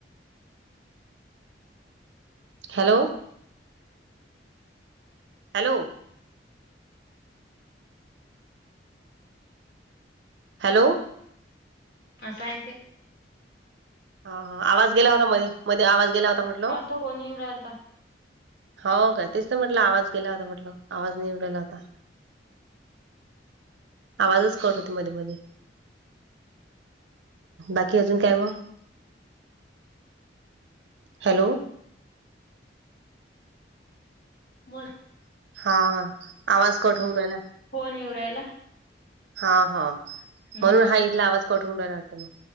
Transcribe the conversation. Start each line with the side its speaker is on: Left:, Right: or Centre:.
Right: हॅलो. हॅलो. हॅलो.
Left: आता येतंय.
Right: हा आवाज गेला होता मध्ये मध्ये आवाज गेला होता म्ह-
Left: आता फोन येऊन राहीलता.
Right: हो का तेच तर म्हटलं आवाज गेला होता म्हटल आवाज येऊन गेला होता. आवाजच कट होती मध्ये मध्ये. बाकी आजुन काय मग? हॅलो.
Left: बोला.
Right: हा आवाज कट होऊ राहिला.
Left: फोन येऊ राहिला.
Right: हा हा
Left: हम्म
Right: म्हणून हा इथला आवाज कठवून रहायला वाटतं मग.